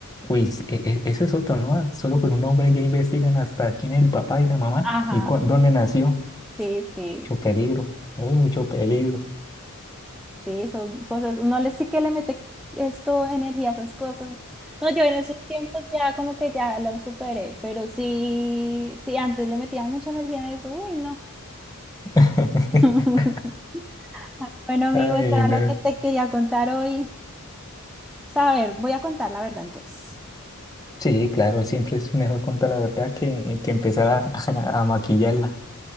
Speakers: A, on the left (about 15°); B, in the centre.
A: Uy, s- e- e- eso es otro, ¿no? Solo
B: Sí.
A: con un hombre ya investigan hasta quién es el papá y la mamá
B: Ajá,
A: y cu- dónde nació.
B: sí, sí,
A: Mucho peligro. Hay mucho peligro.
B: sí, son cosas, no le sí que le mete esto, energía a esas cosas. No, yo en esos tiempos ya como que ya lo superé, pero sí, sí, antes le metía mucha energía a eso, uy, no.
A: <laughs>
B: <laughs> Bueno, amigo,
A: Ay,
B: esto era
A: no.
B: lo que te quería contar hoy. Saber, voy a contar la verdad entonces.
A: Sí, claro, siempre es mejor contar la verdad que, que empezar a, <laughs> a maquillarla.